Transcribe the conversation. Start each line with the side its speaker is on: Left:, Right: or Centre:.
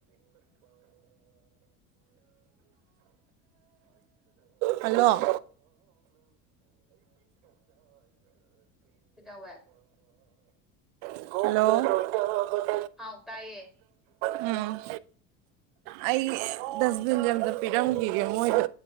Right: ꯍꯜꯂꯣ
Centre: ꯀꯩꯗꯧꯋꯦ
Right: ꯍꯜꯂꯣ
Centre: ꯍꯥꯎ ꯇꯥꯢꯌꯦ
Right: ꯎꯝ ꯑꯩ ꯗꯁꯕꯤꯟꯁꯦ ꯑꯝꯇ ꯄꯤꯔꯝꯒꯤꯒꯦ ꯃꯣꯏꯗ